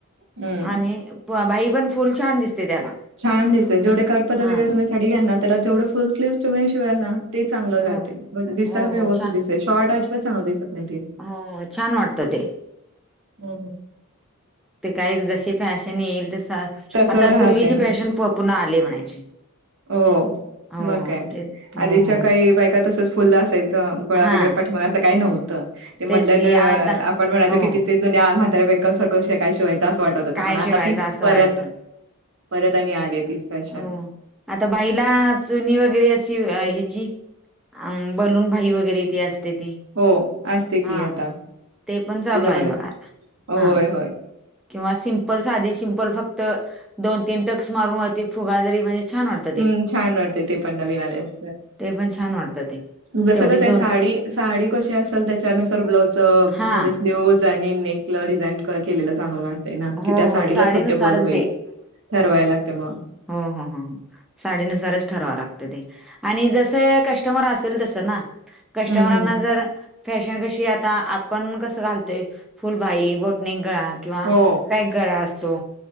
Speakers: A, on the right; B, in the centre.
A: हम्म
B: आणि भाई पण फुल छान दिसते त्याला.
A: छान दिसल. जवढे काटपदर
B: हा
A: वगैरे तुम्ही साडी घ्याल ना त्याला जेवढे फुल स्लीव्हस तु्ही शिवाय ना. ते चांगलं
B: हो
A: राहते दिसताना
B: हो,
A: पण व्यवस्थित
B: हो. छा
A: दिसतंय शॉर्ट अजिबात चांगलं दिसत नाही ते.
B: हो, हो. छान वाटतं ते
A: हम्
B: ते काय जशी फॅशन येईल तस आता
A: तसं राहते
B: पूर्वीची फॅशन पुर्ण आले म्हणायची.
A: हो.
B: हो,
A: मग काय
B: ते हो, हो,
A: आधीच्या
B: हो.
A: काही बायका, तसच फुलला गोळा
B: हां,
A: वगैरे पव असं काही नव्हतं ते मध
B: तेच की आता
A: आपण म्हणायचो
B: हो,
A: कि ते जुन्या म्हातार्या वहेकल सारख शेय शिवायं असं वाटत होतं
B: काय
A: पण आता
B: शिवायचं
A: ती
B: असं
A: परत
B: व्हायचं.
A: परत आणि आली ती स्पॅशन
B: हो. आता भाईला चुनी वगैरे अशी ह्याची अ बलून भाई वगैरे ते असते ते ती
A: हो असते की
B: हा
A: आता
B: ते पण चालू
A: त्याच्यामध्ये
B: आहे बघा आता
A: होय
B: हा
A: होय.
B: किंवा सिंपल साधी सिंपल फक्त दोन तीन टक्स मारून वती फुगा जरी म्हणजे छान वाट
A: हम् छान वाटते ते पण नवीन आले अस
B: ते पण छान वाटतं ते
A: जसं
B: तेवढीच
A: कसं आहे साडी साडी कशी असेल त्याच्यानुसार ब्लाऊज
B: हां.
A: म्हणजे स्लीवज नेकल डिझाईन क केलेलं चांगलं वाटतं ना
B: हो,
A: कि त्या
B: हो.
A: साडीला
B: साडीनुसारच
A: सुटेबल होईल ठरवाय लागते मग
B: हा हा हा हा साडीनुसारच ठरवा लागत ते आणि जसं कस्टमर असेल तसं ना कस्टमरांना
A: हम्म हम्म
B: जर फॅशन कशी आता आपण कसं घालतोय फुलबाई बोटणेक गळा किंवा
A: हो
B: पॅकगळा असतो